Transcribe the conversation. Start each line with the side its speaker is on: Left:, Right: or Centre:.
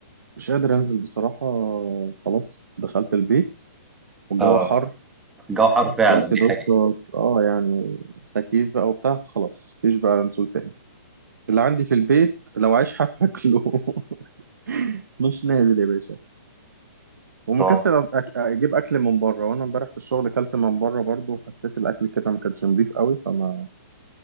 Right: مش قادر انزل بصراحه خلاص دخلت البيت والجو
Centre: اه
Right: حر
Centre: الجو حر فعلا
Right: خدت
Centre: دي
Right: دش
Centre: حقيقة
Right: اه يعني تكييف بقى وبتاع خلاص مفيش بقى نزول تاني اللي عندي في البيت لو عايش هاكله <laughs> مش نازل يا باشا ومكسل
Centre: اه
Right: أك... اجيب اكل من بره وانا امبارح في الشغل كلت من بره برضو وحسيت الاكل كده ما كانش نضيف قوي فما